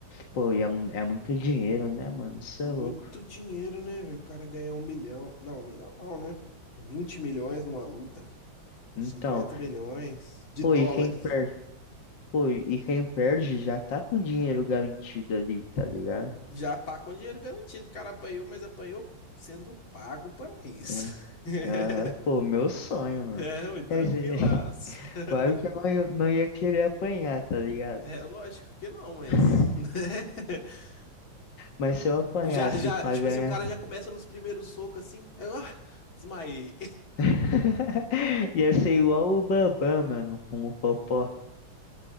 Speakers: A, on the left (about 65°); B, on the left (about 85°).
A: Pô, e é, um- é muito dinheiro, né, mano? Isso
B: Muito
A: é louco.
B: dinheiro, né? velho? O cara ganhar um milhão. Não, um milhão não, né? vinte milhões numa luta.
A: Então,
B: cinquenta milhões de
A: pô,
B: dólares.
A: e quem perde? Pô, e quem perde já tá com dinheiro garantido ali, tá ligado?
B: Já tá com dinheiro garantido. O cara apanhou, mas apanhou sendo pago para isso.
A: É.
B: <laughs>
A: Aham. Pô, meu sonho, mano.
B: É, ui, tranquilaço.
A: Quer dizer, <laughs>
B: <laughs>
A: claro que eu não ia não ia querer apanhar, tá ligado?
B: É lógico que não, mas,
A: <laughs>
B: né? <laughs>
A: Mas se eu apanhasse
B: Já, já,
A: pra
B: tipo
A: ganhar,
B: assim, o cara já começa nos primeiros socos assim. aí, Ah, desmaiei.
A: <laughs> ia ser igual o Bambam, mano, com o Popó.